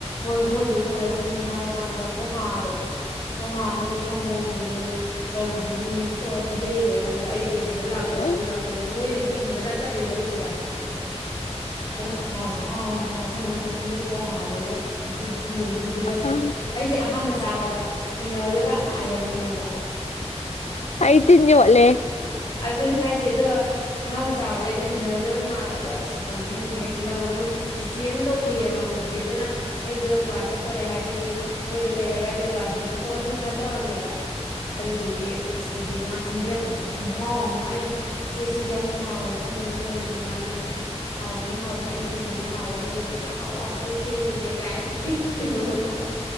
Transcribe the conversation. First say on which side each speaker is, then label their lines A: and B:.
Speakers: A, on the left; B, on the left.
A: ꯣꯏ ꯃꯣꯏꯗꯒꯤ ꯄꯨꯔꯛꯏꯅꯦ ꯍꯥꯏꯔꯀꯥꯟꯗ ꯕꯣꯍꯥꯗꯣ ꯄꯣꯍꯥꯅꯦ ꯁꯪꯒꯣꯝꯗꯨꯅꯦ ꯇ꯭ꯔꯥꯏꯕꯪꯈꯗꯨꯅꯦ ꯃꯤꯛꯁ ꯇꯧꯔ ꯄꯤꯖꯩꯌꯦꯕ ꯑꯩꯉꯣꯟꯗ ꯑꯩꯁꯦ ꯁꯤꯗ ꯂꯥꯛꯇꯣꯔꯥ
B: ꯎꯝ
A: ꯐꯤ ꯂꯥꯛꯇꯧꯕꯒꯤ ꯃꯣꯏꯗꯒꯤ ꯍꯪꯒꯗ꯭ꯔꯥ ꯆꯠꯂꯦꯕ ꯑꯩꯒꯤ ꯁꯤꯗ ꯑꯗꯨ ꯍ ꯍꯥꯎꯋꯦ ꯍꯥꯏꯕ ꯗꯪꯒꯝ ꯐꯨꯠꯇꯨꯅꯦ ꯄꯣꯍꯥꯗꯨꯒ ꯈꯣꯡꯗꯣꯝꯗꯨꯒ ꯄꯤꯖꯕꯗꯣ
B: ꯑ
A: ꯑꯩꯁꯦ ꯑꯍꯥꯟꯕ ꯆꯥꯕꯗ ꯍꯩꯅꯔꯣꯏꯗꯕ ꯌꯥꯝ ꯃꯥꯜꯂꯦꯕ ꯍꯪꯉꯕ
B: ꯑꯥꯏꯇꯤꯟꯅꯤ ꯋꯥꯂꯦ
A: ꯑꯗꯨꯅꯦ ꯍꯥꯏꯁꯦ ꯑꯗꯣ ꯑꯍꯥꯟꯕ ꯆꯥꯕꯗ ꯑꯩꯁꯦ ꯍꯩꯅꯔꯣꯏꯗꯕꯩ ꯃꯥꯜꯂꯒꯣ ꯑꯁ ꯍꯥꯎꯗ ꯃꯥꯟꯗꯦ ꯀꯅ ꯈꯜꯂꯝꯃꯒ ꯃꯣꯏ ꯆꯤꯆꯦ ꯑꯃ ꯇꯧꯕꯤꯑꯕ ꯑꯃꯛ ꯆꯤꯆꯦ ꯑꯗꯨꯅ ꯑꯩꯁꯨ ꯀ꯭ꯂꯥꯁ ꯆꯠꯇꯣꯔꯦ ꯍꯥꯏꯕꯒꯤ ꯃꯣꯏꯗ ꯂꯩꯔꯒ ꯑꯩꯁꯨ ꯀ꯭ꯂꯥꯁꯁꯤꯗ ꯆꯠꯊꯣꯛ ꯆꯠꯁꯤꯟ ꯈꯔ ꯇꯧꯔꯝꯃꯦꯕ ꯑꯗꯨꯗꯨꯒꯤ ꯍꯥꯏꯗꯤ ꯃꯥꯅ ꯁꯦꯝꯕꯤꯔꯛꯄꯗꯨ ꯈꯣ ꯍꯥꯎ ꯑꯃ ꯑꯩꯅ ꯁꯦꯠ ꯁꯤꯁꯦ ꯌꯥꯝ ꯍꯥꯎꯋꯦ ꯀꯃꯥꯏꯅ ꯇꯧꯔꯤꯅꯣ ꯍꯥꯏ ꯃꯥꯅ ꯍꯥꯎꯕꯅꯤ ꯍꯥꯎꯕꯗ ꯑꯩꯅ ꯁꯦ ꯃ ꯍꯕꯅꯤꯦ ꯍꯥꯎ ꯋꯥꯁꯤꯦ ꯃꯤꯦ ꯀꯥꯏ ꯐꯣ